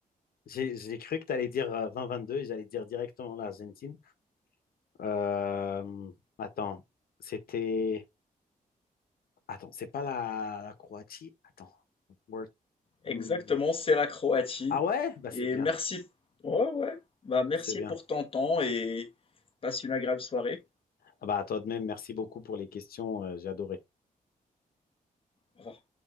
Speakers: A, on the left; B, on the left.
A: j'ai, j'ai cru que tu allais dire euh, 2022 et j'allais dire directement l'Argentine. Euh, attends, c'était, attends, c'est pas la, la Croatie? Attends, Word. Hmm.
B: Exactement, c'est la Croatie.
A: Ah ouais? Bah, c'est
B: Et
A: bien,
B: merci. Ouais, ouais. Bah, merci
A: c'est bien.
B: pour ton temps et passe une agréable soirée.
A: Ah bah, à toi de même, merci beaucoup pour les questions, euh, j'ai adoré.
B: Au revoir.